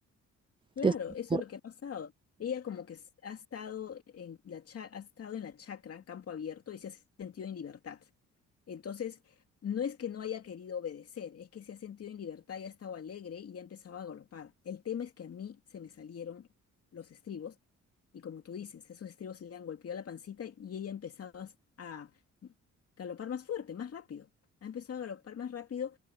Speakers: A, on the left (about 50°); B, on the right (about 15°).
A: Claro,
B: Que es-
A: eso
B: Ujú,
A: es lo que ha pasado. Ella como que s- ha estado en la cha- ha estado en la chacra, campo abierto, y se ha sentido en libertad. Entonces, no es que no haya querido obedecer, es que se ha sentido en libertad y ha estado alegre y ya empezaba a galopar. El tema es que a mí se me salieron los estribos, y como tú dices, esos estribos le han golpeado la pancita y ella empezaba a galopar más fuerte, más rápido. Ha empezado a galopar más rápido